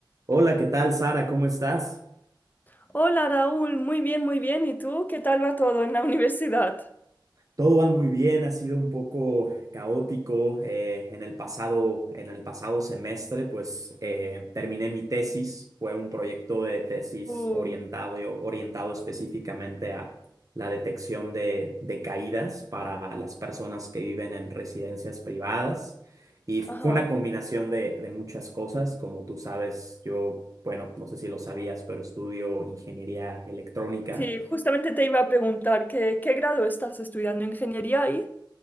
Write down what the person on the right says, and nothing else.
Hola, ¿qué tal, Sara? ¿Cómo estás?
Todo va muy bien, ha sido un poco caótico eh, en el pasado, en el pasado semestre, pues eh, terminé mi tesis, fue un proyecto de tesis
orientado, orientado específicamente a la detección de, de caídas para las personas que viven en residencias privadas y fue
una combinación de, de muchas cosas, como tú sabes, yo, bueno, no sé si lo sabías, pero estudio ingeniería electrónica.